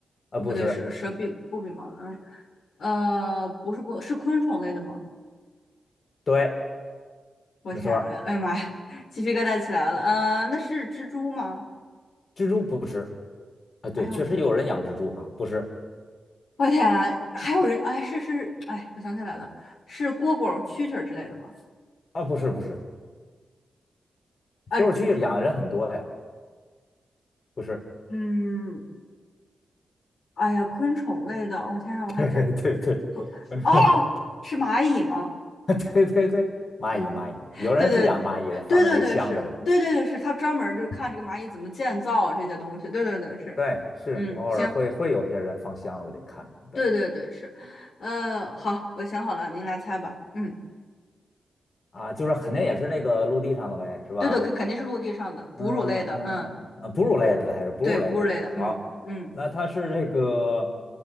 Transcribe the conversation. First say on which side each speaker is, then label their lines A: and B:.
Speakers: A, on the left (about 55°); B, on the left (about 75°).
A: 啊、
B: 不对，
A: 不是，
B: 蛇蛇比不比猫？嗯，呃，不是不，是昆虫类的吗？
A: 对，
B: 我天啊，
A: 没错儿，
B: 哎呀妈呀，鸡皮疙瘩起来了。呃，那是蜘蛛吗？
A: 蜘蛛不是，啊、对，
B: 哎呦我天！
A: 确实有人养蜘蛛哈，不是，
B: 我天，还有人哎，是是哎，我想起来了，是蝈蝈、蛐蛐儿之类的吗？
A: 啊、不是不是，
B: 啊，
A: 多少区养的人很多呀，不是，
B: 嗯，哎呀，昆虫类的，我、天呐，
A: <laughs>
B: 我还真
A: 对对对，
B: 不哦，
A: 反正。
B: 是蚂蚁吗？
A: <laughs> 对对对，蚂蚁蚂蚁，
B: 嗯，
A: 有人是养蚂蚁的，
B: 对对对
A: 放在那个箱子里。
B: 对对对，是，对对对是，他专门儿就看这个蚂蚁怎么建造这些东西，对对对是，
A: 对，是偶尔会会有些人放箱子里看。
B: 嗯，行，
A: 对
B: 对对对是，呃，好，我想好了，您来猜吧，嗯，
A: 啊，就是肯定也是那个陆地上的呗，是吧？
B: 对对，肯肯定是陆地上的哺乳类的，
A: 嗯嗯嗯嗯，
B: 嗯，
A: 啊哺乳类的还是哺乳类的。
B: 对，哺乳类的，
A: 好，
B: 嗯嗯，
A: 那它是这个